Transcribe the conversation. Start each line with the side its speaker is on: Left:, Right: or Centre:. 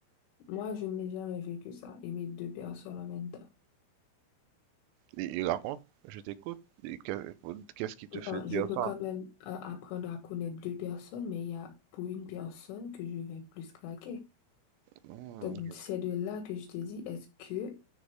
Left: Moi, je n'ai jamais vécu ça, aimer deux personnes en même temps.
Right: il- il raconte, je t'écoute, et que- qu'est-ce qui te
Left: Non,
Right: fait
Left: ouais,
Right: dire
Left: je peux
Right: ça?
Left: quand même euh, apprendre à connaître deux personnes, mais il y a pour une personne que je vais plus craquer.
Right: Hmm,
Left: Donc,
Right: je
Left: c'est de là que je te dis, est-ce que